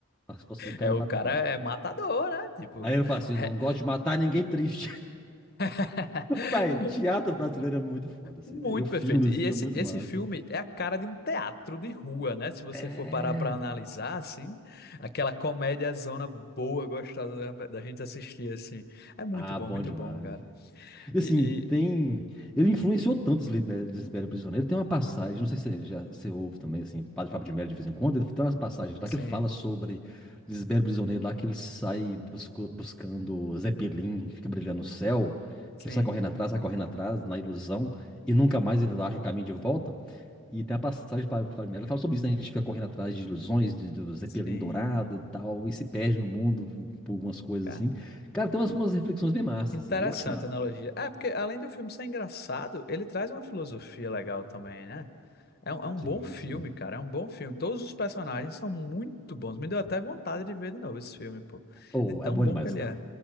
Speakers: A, in the centre; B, on the left.
A: nas costas do cara
B: É, o
A: e mata
B: cara
A: o cara.
B: é matador, né? Tipo,
A: Aí ele fala assim:
B: re-
A: não gosto de matar ninguém triste.
B: <laughs>
A: <laughs> Vai, teatro brasileiro é muito foda, assim,
B: Muito
A: velho. E o filme,
B: perfeito. E
A: assim,
B: esse,
A: é muito
B: esse
A: massa.
B: filme é a cara de um teatro de rua, né? Se você
A: É.
B: for parar para analisar, assim, aquela comédia zona boa, gostosa da, da gente assistir, assim. É muito
A: Ah,
B: bom,
A: bom
B: muito
A: demais,
B: bom, cara.
A: velho. E
B: E,
A: assim, tem.
B: e-
A: Ele influenciou tanto esse Libério, esse Libério Prisioneiro. Tem uma passagem, não sei se você já você ouve também, assim, Padre Fábio de Melo de vez em quando, ele tem umas passagens lá
B: sim,
A: que ele fala sobre Lisbelo Prisioneiro, lá que ele sai busco- buscando Zeppelin, que fica brilhando no céu,
B: sim,
A: que ele sai correndo atrás, sai correndo atrás, na ilusão, e nunca mais ele acha o caminho de volta. E tem a passagem para Fábio de Melo, ele fala sobre isso, né? A gente fica correndo atrás de ilusões, de, do Zeppelin
B: sim.
A: dourado e tal, e se perde no mundo por umas coisas
B: Cara,
A: assim. Cara, tem umas, umas reflexões bem massas,
B: interessante
A: assim, eu acho massa.
B: a analogia. É, porque além do filme ser engraçado, ele traz uma filosofia legal também, né? É um, é um
A: Sim,
B: bom filme,
A: sim.
B: cara. É um bom filme. Todos os personagens são muito bons. Me deu até vontade de ver de novo esse filme, pô.
A: Ou
B: De tão
A: é bom
B: bom
A: demais,
B: que ele
A: cara.
B: é.